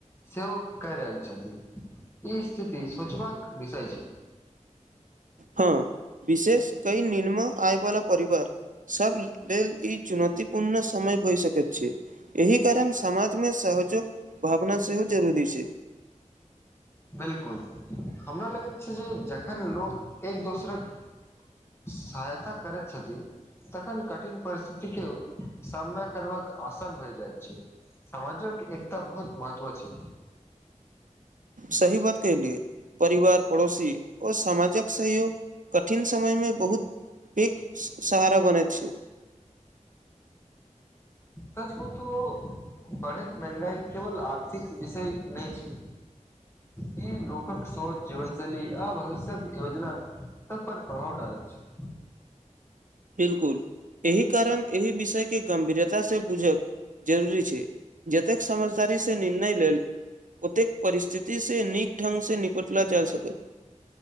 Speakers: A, on the left; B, on the right.
A: सेहो कय रहल छथि ई स्थिति सोचबाक विषय छै
B: हँ विशेष कई निमन आय वला परिवार सभ लेल ई चुनौतीपूर्ण समय भए सकैत छै एहि कारण समाजमे सहजोग भावना सेहो जरूरी छै
A: बिलकुल हमरा लगैत छै जे जखन लोक एक दोसरक सहायता करैत छथिन तखन कठिन परिस्थितिके सामना करबाक आसान भए जाइत छै समाजक एकता बहुत महत्व छै
B: सही बात कहेलि परिवार पड़ोसी ओर सामाजक सहयोग कठिन समयमे बहुत पेग सहारा बनैत छै
A: सच कहु त बढ़ैत महंगाई केवल आर्थिक विषय नहि छै ह ई लोकक शोच जीवन शैली आ भविष्यत योजना सब‌ पर प्रभाव लैत अछि
B: बिलकुल एहि कारण एहि विषय के गंभीरता से बूझक जरूरी छै जतेक समझदारी से निर्णय लेल ओतेक परिस्थिति से नीक ढंग से निपटला जा सकल